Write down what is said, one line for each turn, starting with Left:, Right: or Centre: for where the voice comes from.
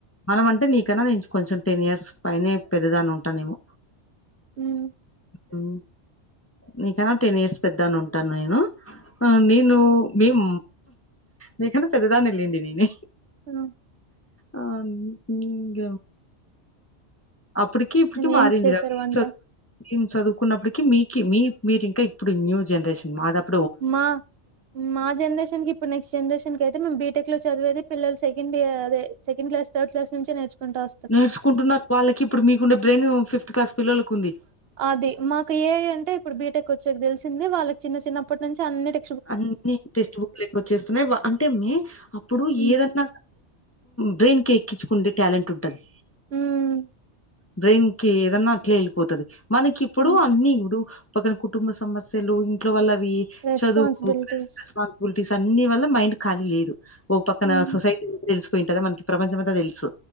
Left: మనం అంటే నీకన్నా నేను కొంచెం టెన్ ఇయర్స్ పైనే పెద్దదాని ఉంటానేమో
Right: ఉమ్
Left: ఉమ్ నీకనా టెన్ ఇయర్స్ పెద్ద అని ఉంటా నేను ఆ నేను మిం మీకన్నా పెద్దదాన్నేళ్లెండి నేన్
Right: ఉ
Left: అవును ఇంగ అప్పడికి ఇప్పడికి మారింది
Right: ఏం చేశారు
Left: రా
Right: వంట?
Left: త మేమ్ చదువుకున్నపిడికి మీకి మీ మీరి ఇంకా ఇప్పుడు న్యూ జనరేషన్ మాద ప్
Right: మా మాది జన్రేషన్కి ఇప్పుడు నెక్స్ట్ జన్రేషన్కి అయితే మేమ్ బిటెక్ లో చదివేది పిల్లలు సెకండ్ ఇయర్ అదే సెండ్ క్లాస్ థడ్ క్లాస్ నుంచే నేర్చుకుంటా వా
Left: నేర్చుకుంటున్నారు వాళ్ళకి ఇప్పుడు మీకున్న బ్రెయిను ఫిఫ్త్ క్లాస్ పిల్లలకి ఉంది
Right: అది మాకు ఏ ఎ ఐ అంటే ఇప్పుడు బీటెక్ కొచ్చక దేల్సింది వాళ్ళకి చిన్న చిన్నప్పటి నుంచి అన్నిటి
Left: అన్ని టెక్స్ట్ బుక్లు ఎక్కువచ్చేస్తున్నాయి వ అంటే మే అప్పుడు
Right: హ్మ్.
Left: ఏదన్నా బ్రెయిన్ కి ఎక్కిచ్చుకుంటె టాలెంట్ ఉంటది
Right: ఉమ్
Left: బ్రెయిన్ కి ఏదన్నా అట్లే ఎళ్ళిపోతది మనకిప్పుడు
Right: హ్మ్.
Left: అన్ని ఇప్పుడు పక్కన కుటుంబ సమస్యలు ఇంట్లో వాల్లవి
Right: రెస్పాన్సిబిలిటీస్.
Left: చదువు స్పాన్సిబిలిటీస్ అన్ని వల్ల మైండ్ ఖాలీ లేదు ఒక పక్కన
Right: హ్మ్.
Left: సొసైటీ తెలిసిపోయింటదా మనకి ప్రపంచమంతా తెలుసు